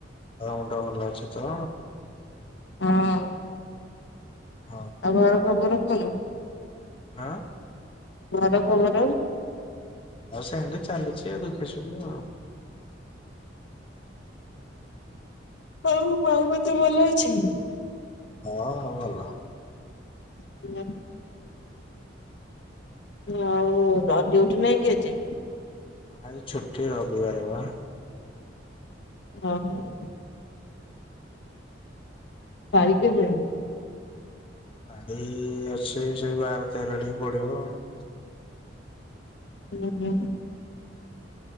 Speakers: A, on the left; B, on the left.
A: ଦେହ ମୁଁଣ୍ଡ ଭଲ ଅଛି ତ?
B: ହଁ।
A: ହଁ
B: ଆଉ ଘର ଖବର କଣ?
A: ଆଁ।
B: ଘର ଖବର?
A: ଆଉ ସେମ୍ତି ଚାଲିଛି ଆଉ ଦୁଃଖ ସୁଖ କଣ?
B: ଆଉ ମାଙ୍କ ଦେହ ଭଲ ଅଛି?
A: ହଁ ହଁ ଭଲ।
B: <inaudible> ଆଉ କାର ଡିୟୁଟି ନାଇଁ କି ଆଜି?
A: ଆଜି ଛୁଟି ରବିବାର ବା।
B: <inaudible> ପାଳି କେବେ?
A: ପାଢି ଅଛି ସେଇ ବାର, ତେର ଆଡକୁ ପଡିବ କଣ?
B: ହୁଁ ହଁ।